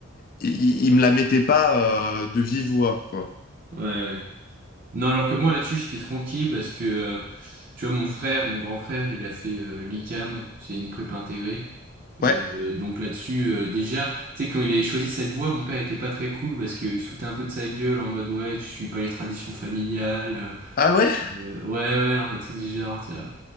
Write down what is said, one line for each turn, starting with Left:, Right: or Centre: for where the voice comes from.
Left: il, il me la mettait pas euh, de vive voix, quoi.
Right: ouais. ouais. Non, alors que moi là-dessus j'étais tranquille parce que euh, tu vois mon frère, mon grand frère, il a fait euh, l'ICAM, c'est une prépa intégrée.
Left: Ouais.
Right: Euh, euh, donc là-dessus euh, déjà, tu sais quand il avait choisi cette voie, mon père était pas très cool parce qu'il se foutait un peu de sa gueule en mode ouais tu suis pas les traditions familiales,
Left: Ah ouais?
Right: euh, euh, ouais ouais un truc du genre tu vois.